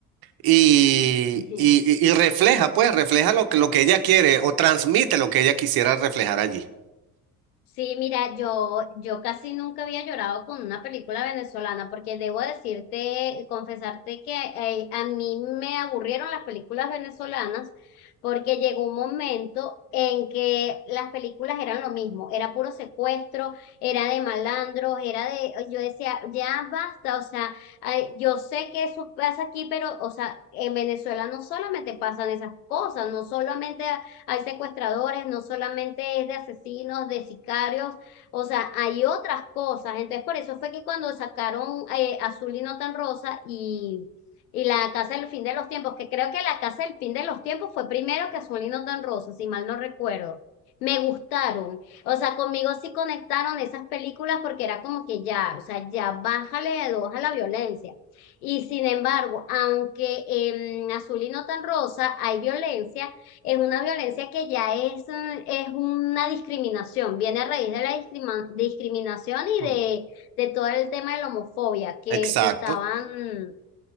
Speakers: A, on the right (about 55°); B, on the left (about 85°).
A: y,
B: <laughs>
A: y- y refleja, pues, refleja lo que, lo que ella quiere o transmite lo que ella quisiera reflejar allí.
B: sí, mira, yo, yo casi nunca había llorado con una película venezolana porque debo decirte, confesarte que eh, a mí me aburrieron las películas venezolanas porque llegó un momento en que las películas eran lo mismo, era puro secuestro, era de malandros, era de, yo decía, ya basta, o sea, ay, yo sé que eso pasa aquí, pero, o sea, en Venezuela no solamente pasan esas cosas, no solamente hay secuestradores, no solamente es de asesinos, de sicarios, o sea, hay otras cosas. Entonces, por eso fue que cuando sacaron eh, Azul y no tan rosa y, y La Casa del Fin de los Tiempos, que creo que La Casa del Fin de los Tiempos fue primero que Azul y no tan rosa, si mal no recuerdo. Me gustaron, o sea, conmigo sí conectaron esas películas porque era como que ya, o sea, ya bájale de dos a la violencia. Y sin embargo, aunque en Azul y no tan rosa hay violencia, es una violencia que ya es, eh, es una discriminación, viene a raíz de la discrima- discriminación y
A: Mm,
B: de, de todo el tema de la homofobia que,
A: Exacto,
B: que estaban